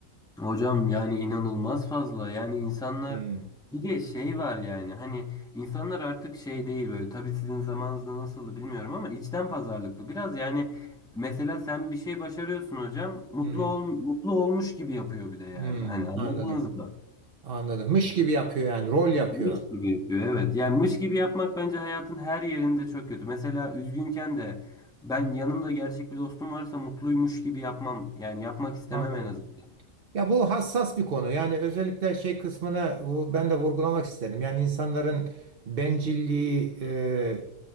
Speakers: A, in the centre; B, on the right.
A: Hocam yani inanılmaz fazla. Yani insanlar
B: Hmm,
A: bir de şey var yani hani insanlar artık şey değil böyle tabii sizin zamanınızda nasıldı bilmiyorum ama içten pazarlıklı biraz yani mesela sen bir şey başarıyorsun hocam mutlu
B: hmm,
A: ol, mutlu olmuş gibi yapıyor bir de yani
B: hmm,
A: hani anladınız
B: anladım.
A: mı?
B: Anladım. Mış gibi yapıyor yani rol yapıyor.
A: Mış gibi yapıyor evet yani mış gibi yapmak bence hayatın her yerinde çok kötü. Mesela üzgünken de ben yanımda gerçek bir dostum varsa mutluymuş gibi yapmam yani yapmak istemem
B: Anladım.
A: en azından.
B: Ya bu hassas bir konu. Yani özellikle şey kısmını bu- ben de vurgulamak isterim. Yani insanların bencilliği e,